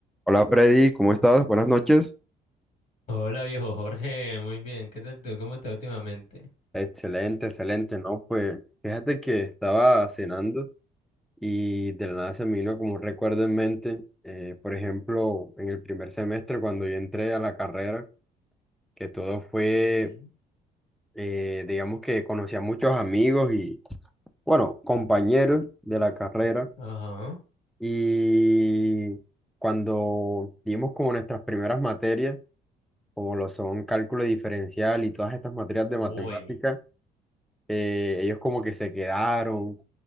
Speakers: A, in the centre; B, on the left.
A: Hola Freddy, ¿cómo estás? Buenas noches.
B: Hola viejo Jorge, muy bien, ¿qué tal tú? ¿Cómo estás últimamente?
A: Excelente, excelente, ¿no? Pues fíjate que estaba cenando y de la nada se me vino como un recuerdo en mente, eh, por ejemplo, en el primer semestre cuando yo entré a la carrera, que todo fue,
B: Ujú.
A: eh, digamos que conocí a muchos amigos y, bueno, compañeros de la carrera
B: Ajá.
A: y cuando dimos como nuestras primeras materias, como lo son cálculo diferencial y todas estas materias de
B: Uy.
A: matemáticas, eh, ellos como que se quedaron,